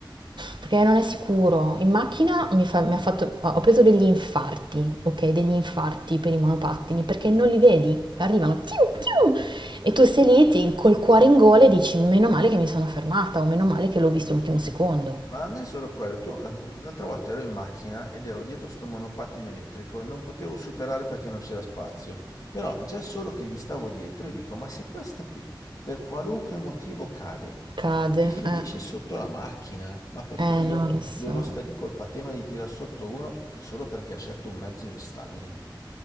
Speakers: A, on the right (about 70°); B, on the left (about 45°).
A: perché non è sicuro. In macchina mi fa- mi ha fatto- ho preso degli infarti, ok? Degli infarti per i monopattini, perché non li vedi, arrivano, tium, tium, e tu sei lì ti- col cuore in gola e dici, meno male che mi sono fermata, o meno male che l'ho visto l'ultimo secondo.
B: Ma non è solo quello, tu eh, l'altra volta ero in macchina ed ero dietro a sto monopattino elettrico e non potevo superare perché non c'era spazio, però già solo che gli stavo dietro e dico, ma se questo qui per qualunque motivo cade,
A: Cade,
B: mi finisce
A: eh,
B: sotto la macchina, ma perché
A: eh
B: io
A: no, lo so.
B: devo stare lì col patema di tirar sotto uno solo perché ha scelto un mezzo instabile?